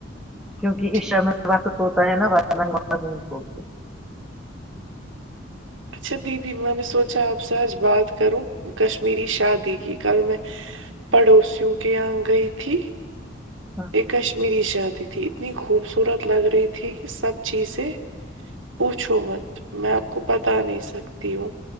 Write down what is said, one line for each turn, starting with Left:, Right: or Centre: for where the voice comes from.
Centre: کیونکہ عشا
Right: ٹھیک
Centre: میں وقت ہوتا ہے نا <unintelligible>
Right: اچھا دیدی میں نے سوچا آپ سے آج بات کروں کشمیری شادی کی کل میں پڑوسیوں کے یہاں گئی تھی
Centre: ہاں،
Right: یہ کشمیری ش جاتی تھی اتنی خوبصورت لگ رہی تھی کہ سب چیزیں پوچھو مت میں آپ کو بتا نہیں سکتی ہوں